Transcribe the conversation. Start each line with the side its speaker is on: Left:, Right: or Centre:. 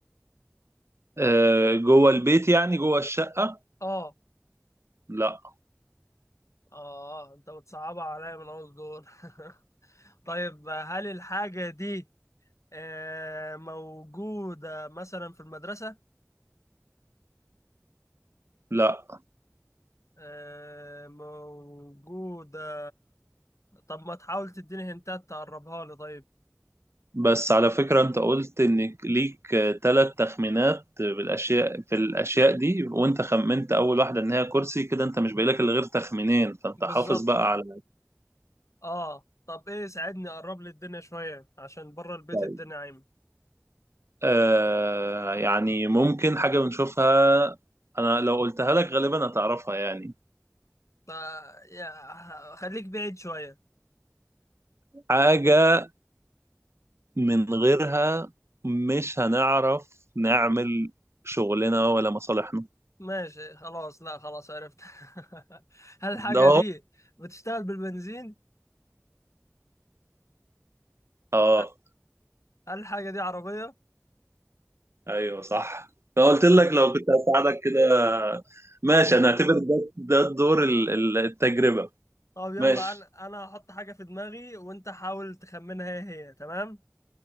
Right: آه، جوه البيت يعني جوه الشقة
Left: آه
Right: لا
Left: آه أنت بتصعبها عليا من أول دور <laughs> طيب هل الحاجة دي آه، موجودة مثلا في المدرسة؟
Right: لا
Left: آه، موجودة طب ما تحاول تديني هنتات تقربها لي طيب
Right: بس على فكرة انت قلت انك ليك ثلاث تخمينات بالاشياء في الاشياء دي وانت خمنت اول واحدة ان هي كرسي كده انت مش باقي لك الا غير تخمينين فانت
Left: بالظبط
Right: حافظ بقى على
Left: اه طب ايه ساعدني اقرب لي الدنيا شوية عشان بره البيت
Right: الباقي.
Left: الدنيا عايمة
Right: آه يعني ممكن حاجة بنشوفها انا لو قلتها لك غالبا هتعرفها يعني
Left: فا يا خليك بعيد شوية
Right: حاجة من غيرها مش هنعرف نعمل شغلنا ولا مصالحنا
Left: ماشي خلاص لا خلاص عرفت <laughs> هل الحاجة
Right: ده
Left: دي بتشتغل بالبنزين؟
Right: اه
Left: أ- هل الحاجة دي عربية؟
Right: ايوه صح لو
Left: <laughs>
Right: قلت لك لو كنت هساعدك كده ماشي انا اعتبر ده ده الدور ال- ال- التجربة
Left: طب يلا
Right: ماشي
Left: انا انا هحط حاجة في دماغي وانت حاول تخمنها ايه هي تمام؟